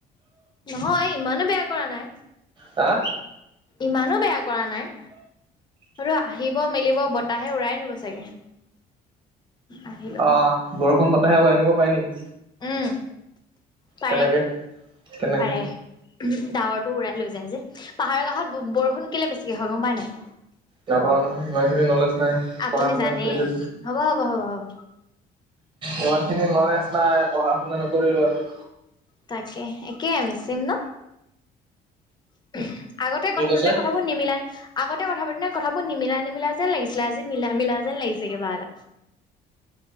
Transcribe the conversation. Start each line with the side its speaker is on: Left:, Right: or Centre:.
Left: নহয় ইমানো বেয়া কৰা নাই।
Right: হা
Left: ইমানো বেয়া কৰা নাই, সটো আহিব মেলিব, বতাহে উৰাই নিব চাগে। আহিলেও
Right: অ', বৰষুণ বত হাহে উআই নিব পাৰে নেকি?
Left: উম পাৰে
Right: কেনেকে কেনেকে
Left: পাৰে, ডাৱৰ উৰাই লৈ যায় যে, পাহাৰৰ কাষত বৰষুণ কেলে বেছিকে হয় গম পাই নাই?
Right: নাপাওঁ নহয়, ইমান খিনি নলেজ নাই
Left: আপুনি
Right: পঢ়া শুনা
Left: জানে,
Right: নকৰিলো
Left: হ'ব, হ'ব, হ'ব, হ'ব।
Right: ইমান খিনি নলেজ নাই পঢ়া-শুনা নকৰিলো আমি।
Left: তাকে একেই আমি চেম ন? <inaudible> আগতে
Right: কি
Left: কথা
Right: কৈছে
Left: পাতোতে কথাবোৰ নিমিলাই আগতে কথা পাতোনতে কথাবোৰ নিমিলা নিমিলা যেন লাগিছিলে, আজি মিলা মিলা যেন লাগিছে কিবা এটা।